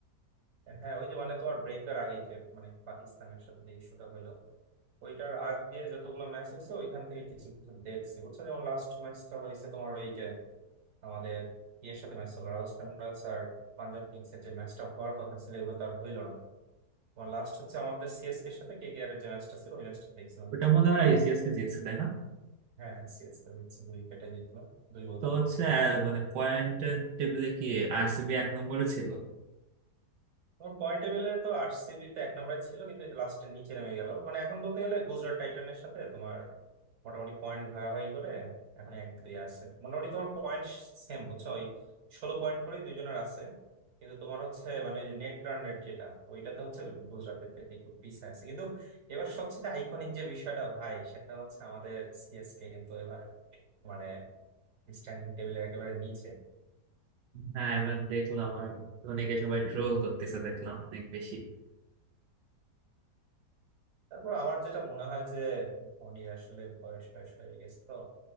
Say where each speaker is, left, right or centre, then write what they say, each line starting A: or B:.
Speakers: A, on the right; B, on the right.
A: হ্যাঁ ওই যে মানে তোমার ব্রেক দেওয়ার আগে যে মানে পাকিস্তানের সাথে যে ইস্যুটা হইলো ওইটার আগ দিয়ে যতগুলো ম্যাচ হয়েছে ওইখান থেকে কিছু কিছু দেখছি বুঝছো যেমন লাস্ট ম্যাচটা হয়েছে তোমার ওই যে আমাদের ইয়ের সাথে ম্যাচ হলো রাজস্থান রয়্যালস আর পাঞ্জাব কিংস এর যে ম্যাচটা হওয়ার কথা ছিল এগুলো তো আর হইলো না তোমার লাস্ট হচ্ছে আমাদের সিএসকে এর সাথে কেকেআর এর যে ম্যাচটা ছিল ওই ম্যাচটা দেখছিলাম বুঝছো
B: ওটা মনে হয় সিএসকে জিতছে তাই না
A: হ্যাঁ হ্যাঁ সিএসকে দেখছি দুই উইকেটে জিতলো দুই বল
B: তো
A: বাকি
B: হচ্ছে
A: ছিল
B: আহ, মানে পয়েন্ট টেবিলে কি আরসিবি এক নম্বরে ছিল
A: তোমার পয়েন্ট টেবিলে তো আরসিবি তো এক নম্বরে ছিল কিন্তু এটা লাস্টের নিচে নেমে গেল মানে এখন বলতে গেলে গুজরাট টাইটানের সাথে তোমার মোটামুটি পয়েন্ট ভাগাভাগি করে এখন এক দুই আছে মোটামুটি তোমার পয়েন্ট সেম বুঝছো ওই ষোলো পয়েন্ট করে দুইজনের আছে কিন্তু তোমার হচ্ছে মানে যে নেট রান রেট যেটা ওইটাতে হচ্ছে গুজরাটের থেকে একটু পিছিয়ে আছে কিন্তু এবার সবচেয়ে আইকনিক যে বিষয়টা ভাই সেটা হচ্ছে আমাদের সিএসকে কিন্তু এবার মানে স্ট্যান্ডিং টেবিলের একেবারে নিচে
B: হ্যাঁ এবার দেখলাম আর ধোনিকে সবাই ট্রোল করতেছে দেখলাম অনেক বেশি
A: তারপর আমার যেটা মনে হয় যে ধোনির আসলে বয়স টয়স হয়ে গেছে তো